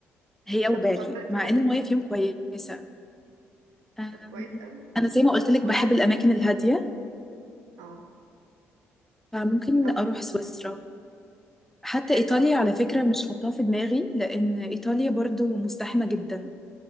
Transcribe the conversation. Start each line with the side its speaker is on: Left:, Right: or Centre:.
Centre: هي وبالي
Right: طب تفضلي
Centre: مع
Right: تروحي
Centre: ان
Right: فين
Centre: المية فيهم كويسة أم،
Right: طب كويس قوي
Centre: انا زي ما قلت
Right: لو
Centre: لك بحب
Right: لو
Centre: الاماكن الهادية
Right: اه
Centre: فممكن
Right: لو
Centre: اروح سويسرا حتى
Right: حلو
Centre: إيطاليا
Right: قوي
Centre: على فكرة مش حاطاه في دماغي لأن إيطاليا برضو مزدحمة جدا